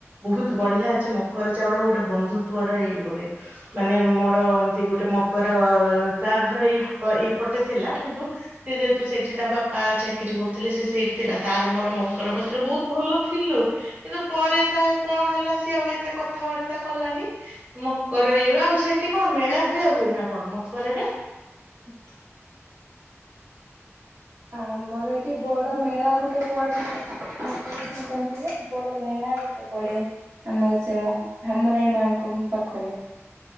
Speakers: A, on the right (about 30°); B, on the right (about 80°).
A: ବହୁତ ବଢ଼ିଆ ଅଛି ମକର ଚାଉଳ ଗୋଟେ ବନ୍ଧୁତ୍ଵର ଏଇ ଗୋଟେ। ମାନେ ମୋର ଏମିତି ଗୋଟେ ମକର ତା ଘର ଏଇ ପ ଏଇପଟେ ଥିଲା କିନ୍ତୁ ସେ ଯେହେତୁ ସେଇଠି ତା ବାପା ଚାକିରି କରୁଥିଲେ ସେ ସେଇଠି ଥିଲା ତାର ମୋର ମକର ବସିଥିଲୁ ବହୁତ୍ ଭଲ ଥିଲୁ କିନ୍ତୁ ପରେ ତାର କଣ ହେଲା ସିଏ ଆଉ ଏତେ କଥାବାର୍ତ୍ତା କଲାନି ମ କର ଏ ଆଉ ସେଠି କଣ ମେଳା ଫେଳା ହୁଏ ନା କଣ ମକରରେ?
B: <unintelligible> ଆମର ଏଠି ବଡ ମେଳା ଗୋଟେ ପଡ଼େ। ମକର ସଂକ୍ରାନ୍ତିରେ ବଡ ମେଳା ଗୋଟେ ପଡ଼େ। ଆମର ସେ ମ ଧାମରାଇ ମାଙ୍କ ପାଖରେ।